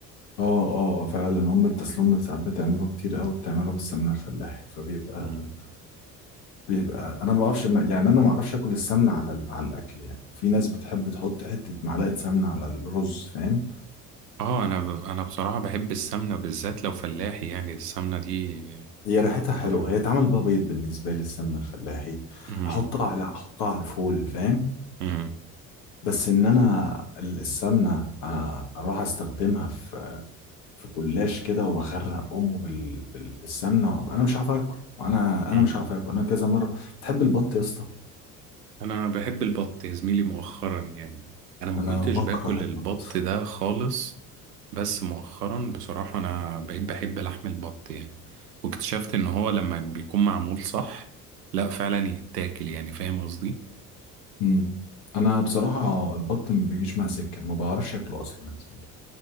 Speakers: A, on the left (about 55°); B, on the right (about 75°).
A: اه اه آه، فعلا ام بتسلم ساعات بتعمله كتير قوي بتعمله بالسمنه الفلاحي فبيبقى
B: مم.
A: بيبقى انا ما بعرفش يعني انا ما اعرفش اكل السمنه على ال- على الاكل يعني في ناس بتحب تحط حته معلقه سمنه على الرز فاهم
B: اه أنا ب... أنا بصراحة بحب السمنة بالذات لو فلاحي يعني السمنة دي
A: هي ريحتها حلوه
B: بحب
A: هي اتعمل بقى بيض بالنسبه لي السمنه الفلاحي
B: مم.
A: احطها على احطها على الفول فاهم
B: مم.
A: بس ان انا السمنه آه، اروح استخدمها في في جلاش كده واغرق امه بال... بال... بالسمنه انا مش عارف اكل وانا
B: مم.
A: انا مش عارف اكل انا كذا مره بتحب البط يا اسطى
B: انا بحب البط يا زميلي مؤخرا يعني انا ما
A: انا
B: كنتش
A: بكره
B: باكل
A: البط
B: البط ده خالص بس مؤخرا بصراحة انا بقيت بحب لحم البط يعني واكتشفت ان هو لما بيكون معمول صح لا فعلا يتاكل يعني فاهم قصدي
A: امم انا بصراحه البط ما بيجيش مع سكه ما بعرفش اكله اصلا يا زميلي